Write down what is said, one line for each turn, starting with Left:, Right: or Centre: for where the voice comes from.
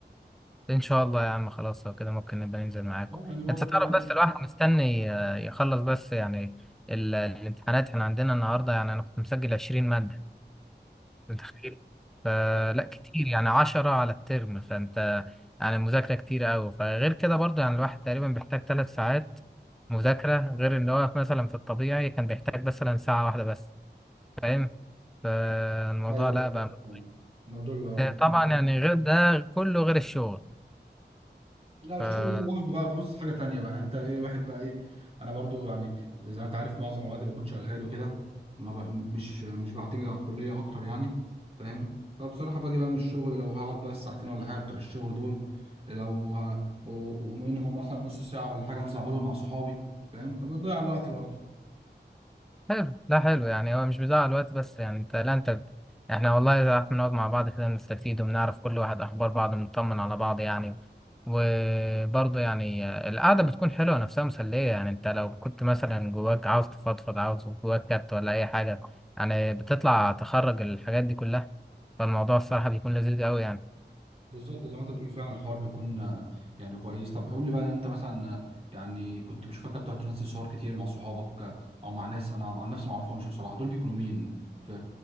Centre: ان شاء الله يا عم خلاص لو كده ممكن نبقى ننزل معاكم
Right: اه يعني برضو
Centre: انت تعرف
Right: فاهم
Centre: بس الواحد مستني آه، يخلص بس يعني ال- الامتحانات احنا عندنا النهارده يعني انا كنت مسجل 20 ماده انت متخيل فلا
Right: اه
Centre: كتير يعني 10 على الترم فانت يعني المذاكره كتير قوي فغير كده برضه يعني الواحد تقريبا بيحتاج 3 ساعات مذاكره غير ان هو مثلا في الطبيعي كان بيحتاج مثلا ساعه واحده بس فاهم فالموضوع
Right: ايوه
Centre: لا
Right: بالظبط
Centre: بقى
Right: يعني الموضوع بيبقى
Centre: طبعا
Right: <laughs>
Centre: يعني غير ده كله غير الشغل
Right: لا الشغل
Centre: ف
Right: ده لوحده بقى في وسط حاجه تانية بقى انت ايه واحد بقى ايه انا برضو يعني زي ما انت عارف معظم الوقت بكون شغال وكده ما بق... مش مش بعتمد على الكليه اكتر يعني فاهم فبصراحه باجي بقى من الشغل لو هقعد بقى الساعتين ولا حاجه بتوع الشغل دول لو ه... و- ومنهم مثلا نص ساعه ولا حاجه انزل اقعد مع صحابي فاهم بتضيع الوقت برضو
Centre: حلو لا حلو يعني هو مش بيضيع الوقت بس يعني انت لا انت احنا والله اذا قعدت بنقعد مع بعض كده نستفيد وبنعرف كل واحد اخبار بعض بنطمن على بعض يعني وبرضه يعني القعده بتكون حلوه نفسها مسليه يعني انت لو كنت مثلا جواك عاوز تفضفض عاوز جواك كات ولا اي حاجه يعني بتطلع تخرج الحاجات دي كلها فالموضوع الصراحه بيكون لذيذ قوي يعني
Right: بالظبط زي ما انت بتقول فعلا الحوار بيكون آه، يعني كويس طب قول لي بقى انت مثلا آه، يعني كنت بشوفك بتقعد تنزل صور كتير مع صحابك آه، او مع ناس انا مع نفسي ما اعرفهمش بصراحه دول بيكونوا مين في